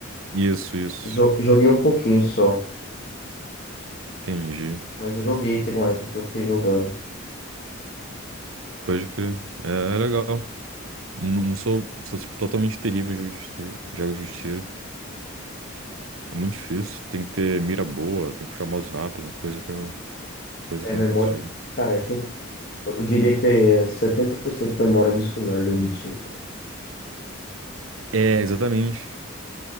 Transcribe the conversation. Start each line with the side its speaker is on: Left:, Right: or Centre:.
Right: Isso, isso.
Left: Jo- joguei um pouquinho só.
Right: Entendi.
Left: Mas eu joguei, teve uma época que eu fiquei jogando.
Right: Pode crer. É, é legal. Não, não sou, sou tipo, totalmente terrível em jogos de tiro. Jogos de tiro. É muito difícil. Tem que ter mira boa, tem que puxar o mouse rápido, coisa que eu, coisa
Left: É
Right: que
Left: memória.
Right: eu não consigo.
Left: Cara, é Eu diria que é 70% memória muscular jogo de tiro, cara.
Right: É, exatamente.